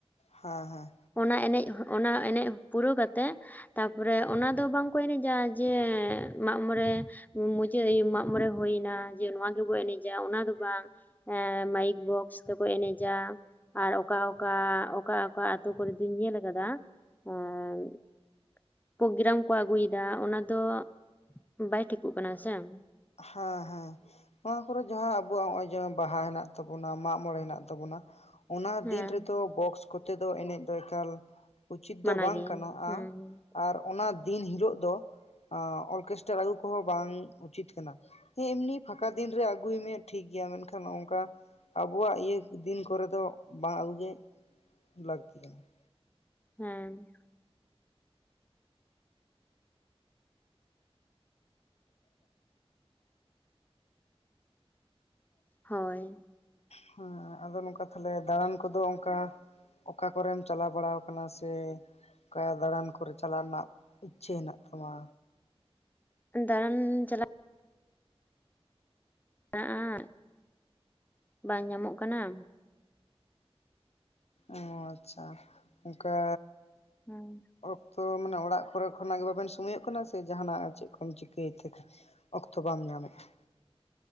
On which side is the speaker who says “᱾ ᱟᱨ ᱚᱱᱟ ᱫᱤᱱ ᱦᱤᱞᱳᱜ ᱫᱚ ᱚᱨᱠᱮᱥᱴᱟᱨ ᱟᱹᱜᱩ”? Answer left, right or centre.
Left